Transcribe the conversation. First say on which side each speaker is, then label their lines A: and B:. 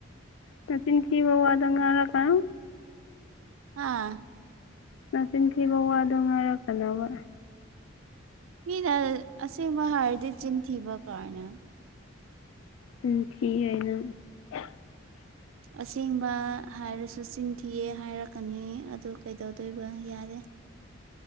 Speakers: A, on the left (about 75°); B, on the right (about 80°).
A: ꯅꯆꯤꯟ ꯊꯤꯕ ꯋꯥꯗꯣ ꯉꯥꯡꯂꯛꯀꯥꯅꯨ
B: ꯍꯥꯥ
A: ꯅꯆꯤꯟꯊꯤꯕ ꯋꯥꯗꯣ ꯉꯥꯡꯔꯛꯀꯅꯣꯕ
B: ꯃꯤꯅ ꯑꯁꯦꯡꯕ ꯍꯥꯏꯔꯗꯤ ꯆꯤꯟ ꯊꯤꯕ ꯀꯥꯏꯅ
A: ꯆꯤꯟ ꯊꯤꯔꯦ ꯅꯪ <inaudible>
B: ꯑꯁꯦꯡꯕ ꯍꯥꯏꯔꯁꯨ ꯆꯤꯟ ꯊꯤꯌꯦ ꯍꯥꯏꯔꯛꯀꯅꯤ ꯑꯗꯨ ꯀꯩꯗꯧꯗꯣꯏꯕ ꯌꯥꯔꯦ